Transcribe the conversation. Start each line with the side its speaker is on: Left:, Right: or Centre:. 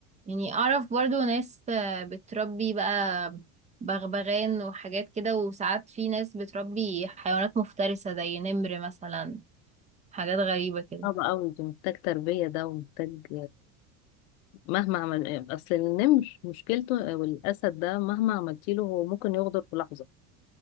Right: يعني اعرف برضو ناس آه، بتربي بقى بغبغان وحاجات كده وساعات في ناس بتربي حيوانات مفترسة زي نمر مثلا حاجات غريبة كده
Left: صعب أوي ده محتاج تربية ده ومحتاج مهما عمل اصل النمر مشكلته آه، والاسد ده مهما عملتي له هو ممكن يغدر في لحظه